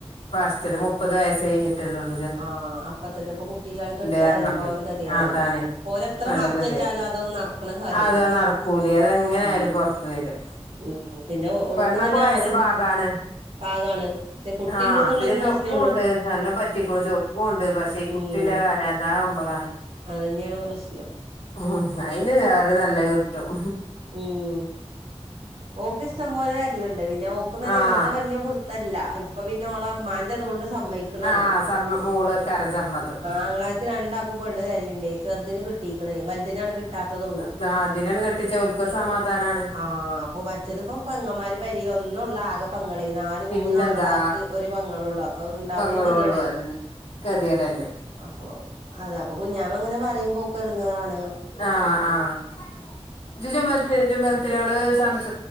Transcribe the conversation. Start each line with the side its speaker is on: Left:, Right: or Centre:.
Left: ഫസ്റ്റ് മുപ്പത് വയസ് കഴിഞ്ഞിട്ടല്ലേള്ളൂ
Right: ആഹ് അപ്പൊ തന്നെപ്പോ കുട്ടയില ആളെകെട്ട
Left: പറഞ്ഞപ്പേ
Right: പറിയുമ്പോ അവര് കദേടാണ്
Left: അതാണ്
Right: പോതെത്ര
Left: നല്ല
Right: മറച്
Left: ഗതികേട്
Right: വെച്ചാലും അതൊന്നും നടക്കണ കാര്യല്ല
Left: അതാ നടക്കൂലേ അതെങ്ങനായാലും
Right: ഉ
Left: പൊറത്ത് വരും
Right: ഉം പിന്നെ ഓക്ക്
Left: പെണ്ണൊക്കെ
Right: തന്നെ
Left: വയസ്സ്
Right: ആദ്യം
Left: പാകാണ്
Right: പാകാണ് പക്ഷെ കുട്ടിണ്ട്
Left: ആഹ്
Right: എന്നുള്ള
Left: പിന്നെ
Right: ഒരു
Left: ചൊറുക്കും
Right: പ്രശ്നേള്ളു
Left: ഉണ്ട് നല്ലോ പറ്റിക് ണു ചൊർക്കുംണ്ട് പക്ഷേ ഈ
Right: ഉം
Left: കുട്ടില്ല കാര്യതാവുമ്പോളാണ്
Right: അതന്നെയാണ് പ്രശ്നം.
Left: ഉ അയിന് വേറെ നല്ലത് കിട്ടും
Right: ഉം ഓക്ക് ഇഷ്ടം പോലെ വരലുണ്ട് പിന്നെ ഓക്കുംതന്നെ
Left: ആഹ്
Right: ഇങ്ങനത്തെ വലിയ പുടു പുട്ത്തല്ല ഇപ്പൊ പിന്നെ ഓളെ ഇമ്മാന്റെ അതുകൊണ്ട് സമ്മയിക്കണാണ്
Left: ആഹ് സമ്മ മോളേക്കാരം സമ്മതം
Right: ആങ്ങള രണ്ടാക്കുംപെണ്ണ് തരയണ്ടേ ചെറുതിന് കിട്ടീ ക്കുണു വലുതിനാണ് കിട്ടാത്തതുള്ളൂ.
Left: ഇതാതിനണ് കെട്ടിച്ച ഓൽക്കൊരു സമാധാനണ്.
Right: ആ അപ്പൊ മറ്റത്പ്പോ പെങ്ങന്മാര് പെരീല് ഒന്നൊള്ളാകെ. പങ്ങളേ നാല്
Left: പിന്നെന്താ
Right: മൂന്ന്ങ്ങളാർക്ക് ഒരു പെങ്ങളള്ളു അപ്പൊ ഉണ്ടാകുമ്പോ
Left: പെങ്ങളുള്ളൂ
Right: ഒരു ഗതികേടല്ലേ
Left: അതന്നെ ഗതികേടല്ലേ
Right: അപ്പൊ അത അപ്പൊ കുഞ്ഞാമ ങ്ങനെ പറിമ്പോ ഓക്ക് എട്ങ്ങേറാണ്.
Left: ആഹ് ആഹ്. ജ് ജുമൽത്ത് ജുമൽത്തിനോട് സംസ